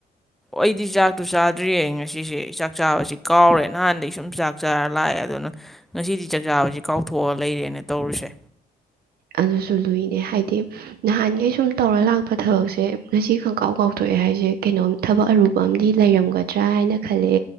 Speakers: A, in the centre; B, on the right (about 70°).
A: ꯑꯩꯗꯤ ꯆꯥꯛꯇꯨ ꯆꯥꯗ꯭ꯔꯤꯌꯦ ꯉꯁꯤꯁꯦ ꯆꯥꯛ ꯆꯥꯕꯁꯤ ꯀꯥꯎꯔꯦ ꯅꯍꯥꯟꯗꯒꯤ ꯁꯨꯝ ꯆꯥꯛ ꯆꯥꯔ ꯂꯥꯛꯑꯦ ꯑꯗꯨꯅ ꯉꯁꯤꯗꯤ ꯆꯥꯛ ꯆꯕꯁꯤ ꯀꯥꯎꯊꯣꯛꯑ ꯂꯩꯔꯦꯅ ꯇꯧꯔꯤꯁꯦ
B: ꯑꯗꯨꯁꯨ ꯂꯨꯏꯅꯦ ꯍꯥꯏꯗꯤ ꯅꯍꯥꯟ ꯑꯩ ꯁꯨꯝ ꯇꯧꯔ ꯂꯥꯛꯄ ꯊꯕꯛꯁꯦ ꯉꯁꯤ ꯈꯪꯀꯥꯎ ꯀꯥꯎꯊꯣꯛꯑꯦ ꯍꯥꯏꯁꯦ ꯀꯩꯅꯣꯝ ꯊꯕꯛ ꯑꯔꯨꯕ ꯑꯃꯗꯤ ꯂꯩꯔꯝꯒꯗ꯭ꯔꯥ ꯍꯥꯏꯅ ꯈꯜꯂꯦ